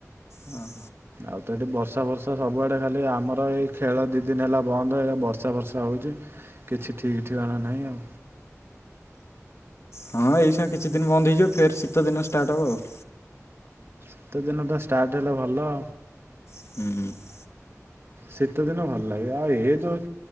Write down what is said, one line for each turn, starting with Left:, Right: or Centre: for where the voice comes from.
Left: ହଁ।
Right: ଆଉ ତ ଏଠି ବର୍ଷା ବର୍ଷା ସବୁଆଡେ ଖାଲି ଆମର ଏଇ ଖେଳ ଦି ଦିନ ହେଲା ବନ୍ଦ ଏଇ ବର୍ଷା ବର୍ଷା ହଉଛି। କିଛି ଠିକ୍ଠିକାଣା ନାହିଁ ଆଉ।
Left: ହଁ ଏଇସଙ୍ଗେ କିଛି ଦିନ ବନ୍ଦ ହେଇଯିବ। ଫେର୍ ଶୀତଦିନ ଷ୍ଟାର୍ଟ ହେବ ଆଉ।
Right: ସୀତ ଦିନ ଟା ଷ୍ଟାର୍ଟ ହେଲା ଭଲ
Left: ହୁଁ।
Right: ଶୀତ ଦିନ ଭଲ ଲାଗେ, ଆଉ ଏ ଯୋଉ